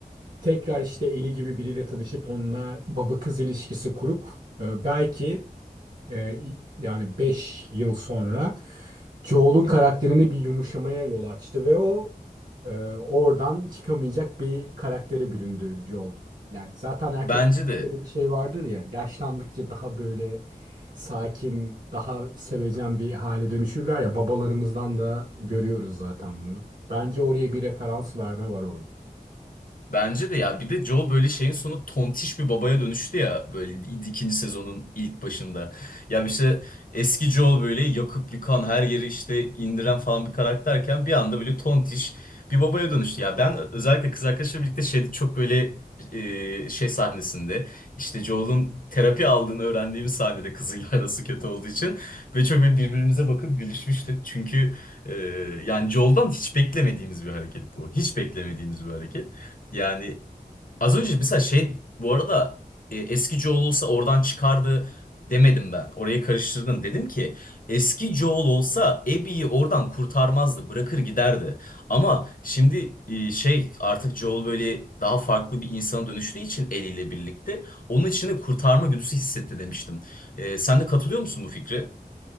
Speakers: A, on the right (about 55°); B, on the left (about 60°).
A: Tekrar işte Ellie gibi biriyle tanışıp onunla baba kız ilişkisi kurup e, belki e, yani 5 yıl sonra Joel'un karakterinde bir yumuşamaya yol açtı ve o e, oradan çıkamayacak bir karaktere büründü Joel. Yani zaten erkek
B: Bence de.
A: böyle bir şey vardır ya yaşlandıkça daha böyle sakin, daha sevecen bir hale dönüşürler ya babalarımızdan da görüyoruz zaten bunu. Bence oraya bir referans verme var orada.
B: Bence de ya bir de Joel böyle şeyin sonu tontiş bir babaya dönüştü ya böyle ikinci sezonun ilk başında. Ya işte eski Joel böyle yakıp yıkan her yeri işte indiren falan bir karakterken bir anda böyle tontiş bir babaya dönüştü. Ya ben özellikle kız arkadaşımla birlikte şeyde çok böyle e, şey sahnesinde işte Joel'un terapi aldığını öğrendiğimiz sahnede kızıyla <laughs> arası kötü olduğu için böyle çok böyle birbirimize bakıp gülüşmüştük. Çünkü e, yani Joel'dan hiç beklemediğimiz bir hareket bu. Hiç beklemediğimiz bir hareket. Yani az önce mesela şey bu arada e, eski Joel olsa oradan çıkardı demedim ben. Orayı karıştırdın. Dedim ki eski Joel olsa Abby'yi oradan kurtarmazdı. Bırakır giderdi. Ama şimdi e, şey artık Joel böyle daha farklı bir insana dönüştüğü için eliyle birlikte onun içinde kurtarma güdüsü hissetti demiştim. E, sen de katılıyor musun bu fikre?